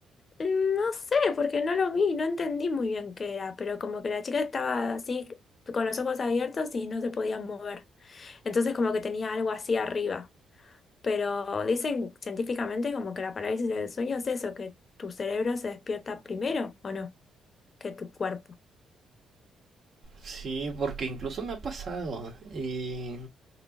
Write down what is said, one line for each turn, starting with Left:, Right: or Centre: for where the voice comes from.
Left: mm, no sé, porque no lo vi, no entendí muy bien qué era, pero como que la chica estaba así con los ojos abiertos y no se podía mover. Entonces como que tenía algo así arriba. Pero dicen científicamente como que la parálisis del sueño es eso, que tu cerebro se despierta primero o no, que tu cuerpo.
Right: Sí, porque incluso me ha pasado. Y